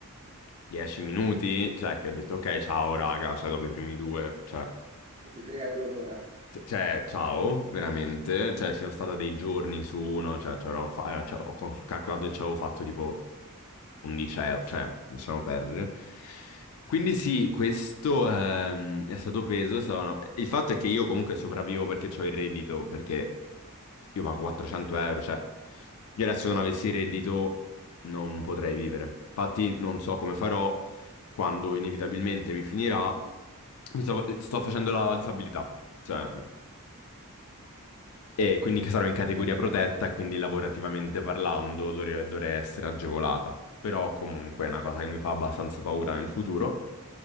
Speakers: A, on the left; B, on the right.
A: 10 minuti, cioè che ho detto ok ciao raga, cioè dopo i primi due, cioè...
B: 3 euro l'ora.
A: C- Cioè, ciao, veramente. Cioè, ci sono stati dei giorni su uno, cioè, ci avrò fa- eh, cioè, ho col- calcolato e ci avevo fatto tipo 11 euro, cioè, lasciamo perdere. Quindi sì, questo ehm, è stato peso. è stata una- Il fatto è che io comunque sopravvivo perché ho il reddito, perché io pago 400 euro, cioè, io adesso non avessi il reddito non potrei vivere. Infatti non so come farò quando inevitabilmente mi finirà. Mi sto, sto facendo la disabilità, cioè... E quindi che sarò in categoria protetta, e quindi lavorativamente parlando dovrei, dovrei essere agevolata. Però comunque è una cosa che mi fa abbastanza paura nel futuro.